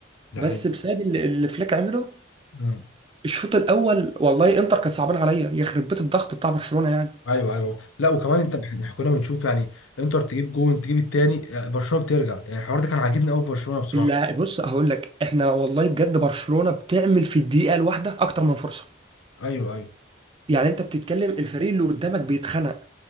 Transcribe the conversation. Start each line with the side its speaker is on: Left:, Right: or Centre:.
Left: ده
Right: بس
Left: حقيقي.
Right: بسبب اللي اللي فليك عمله
Left: مم.
Right: الشوط الاول والله انتر كانت صعبان عليا يخرب بيت الضغط بتاع برشلونه يعني
Left: ايوه ايوه لا وكمان انت احنا كنا بنشوف يعني انتر تجيب جون تجيب التاني آه، برشلونه بترجع يعني الحوار ده كان عاجبني قوي في برشلونه بصراحه
Right: لا بص هقول لك احنا والله بجد برشلونه بتعمل في الدقيقه الواحده اكتر من فرصه
Left: ايوه ايوه
Right: يعني انت بتتكلم الفريق اللي قدامك بيتخنق